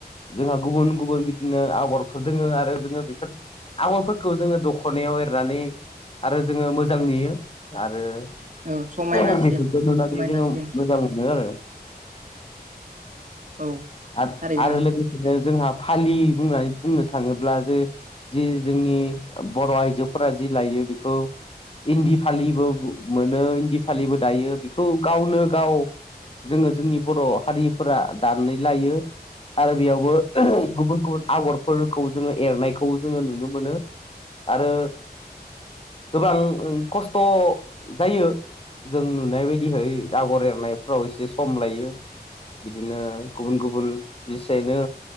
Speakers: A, on the left; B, on the right.
A: जोंहा गुबुन गुबुन बिदिनो आग'रफोर दोङो आरो जोङो बेफोर आग'रफोरखौ जोङो दख'नायाव एरनानै आरो जोङो मोजां नुयो। आरो
B: औ समायनासिम
A: बेफोरखौ नुनानै
B: समायनासिम
A: जोङो मोजां मोनो आरो।
B: औ
A: <inaudible> आरो
B: थारैनो
A: आरो लोगोसेनो जोंहा फालि बुंनानै बुंनो थाङोब्ला जो जि जोंनि बर' आइजोफोरा जि लायो बेखौ इन्दि फालिबो मोनो इन्दि फालिबो दायो बेखौ गावनो गाव जोङो जोंनि बर' हारिफोरा दानानै लायो। आरो बेयावबो गुबुन गुबुन आग'रफोरखौ जोङो एरनायखौ जोङो नुनो मोनो। आरो गोबां खस्थ' जायो जों नुनाय बायदिहै आग'र एरनायफ्राव एसे सम लायो। बिदिनो गुबुन गुबुन बेसेनो